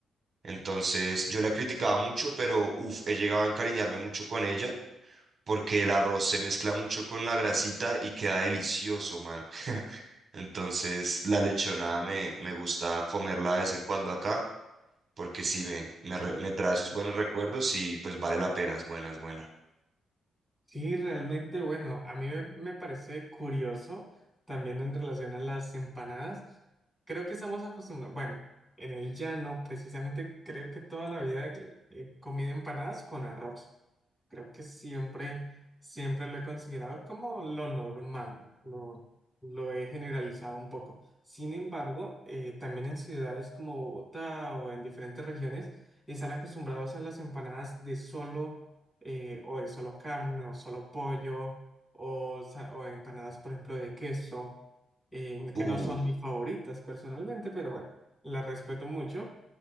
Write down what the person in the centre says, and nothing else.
Sí, realmente, bueno, a mí me, me parece curioso también en relación a las empanadas. Creo que estamos acostumbrados, bueno, en el llano precisamente creo que toda la vida he comido empanadas con arroz. Creo que siempre, siempre lo he considerado como lo normal, lo, lo he generalizado un poco. Sin embargo, eh, también en ciudades como Bogotá o en diferentes regiones están acostumbrados a las empanadas de solo eh, o de solo carne o solo pollo o, sa- o empanadas, por ejemplo, de queso, eh,
que no son mis favoritas personalmente, pero bueno, las respeto mucho.